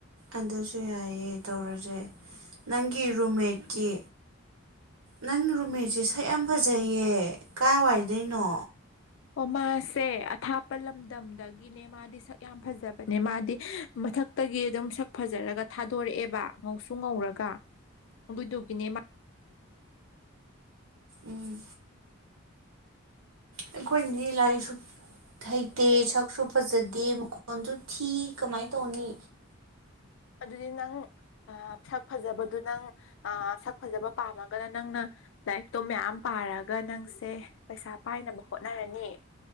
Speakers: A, on the right; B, on the left.
A: ꯑꯗꯨꯖꯨ ꯌꯥꯏꯌꯦ ꯇꯧꯔꯖꯦ ꯅꯪꯒꯤ ꯔꯨꯝꯃꯦꯠꯀꯤ ꯅꯪ ꯔꯨꯃꯦꯠꯁꯦ ꯁꯛ ꯌꯥꯝ ꯐꯖꯩꯌꯦ ꯀꯥꯏꯋꯥꯏꯗꯣꯏꯅꯣ
B: ꯑꯣ ꯃꯥꯁꯦ ꯑꯊꯥꯞꯄ ꯂꯝꯗꯝꯗꯒꯤꯅꯦ ꯃꯥꯗꯤ ꯁꯛ ꯌꯥꯝ ꯐꯖꯕꯅꯦ ꯃꯥꯗꯤ ꯃꯊꯛꯇꯒꯤ ꯑꯗꯨꯝ ꯁꯛ ꯐꯖꯔꯒ ꯊꯥꯗꯣꯔꯛꯑꯦꯕ ꯉꯧꯁꯨ ꯉꯧꯔꯒ ꯑꯗꯨꯏꯗꯨꯒꯤꯅꯦ ꯃꯥ
A: ꯎꯝ ꯑꯩꯈꯣꯏꯗꯤ ꯂꯥꯏꯔꯤꯛꯁꯨ ꯍꯩꯇꯦ ꯁꯛꯁꯨ ꯐꯖꯗꯦ ꯃꯈꯣꯟꯖꯨ ꯊꯤ ꯀꯃꯥꯏ ꯇꯧꯅꯤ
B: ꯑꯗꯨꯗꯤ ꯅꯪ ꯑ ꯁꯛ ꯐꯖꯕꯗꯨ ꯅꯪ ꯑ ꯁꯛ ꯐꯖꯕ ꯄꯥꯝꯃꯒꯅ ꯅꯪꯅ ꯂꯥꯏꯔꯤꯛꯇꯣ ꯃꯌꯥꯝ ꯄꯥꯔꯒ ꯅꯪꯁꯦ ꯄꯩꯁꯥ ꯄꯥꯏꯅꯕ ꯍꯣꯠꯅꯔꯅꯤ